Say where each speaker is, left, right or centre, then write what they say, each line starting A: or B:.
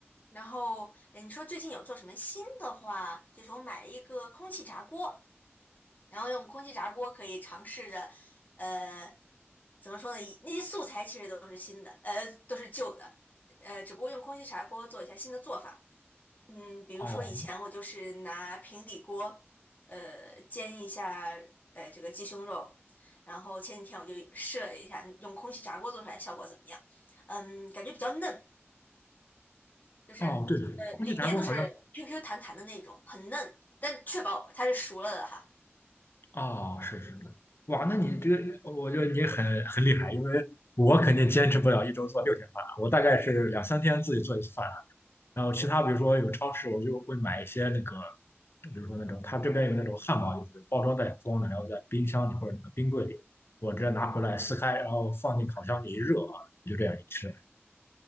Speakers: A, on the left; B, on the left.
A: 然后，哎，你说最近有做什么新的话？就是我买了一个空气炸锅，然后用空气炸锅可以尝试着，呃，怎么说呢？以那些素材其实都是新的，呃，都是旧的，呃，只不过用空气炸锅做一下新的做法。嗯，比如说以前我就是拿平底锅，
B: 的哦
A: 呃，煎一下，呃，这个鸡胸肉，然后前几天我就试了一下，用空气炸锅做出来效果怎么样？嗯，感觉比较嫩，就是
B: 哦，对，
A: 呃，
B: 空气炸锅好像
A: 里面都是 QQ 弹弹的那种，很嫩，但确保它是熟了的哈。
B: 哦，是是的，哇，那你这个，我觉得你很很厉害，因为我肯定坚持不了一周做六天饭，我大概是两三天自己做一次饭。然后其他比如说有超市，我就会买一些那个，比如说那种他这边有那种汉堡，就是包装袋装的，然后在冰箱里或者那个冰柜里，我直接拿回来撕开，然后放进烤箱里一热啊，就这样一吃。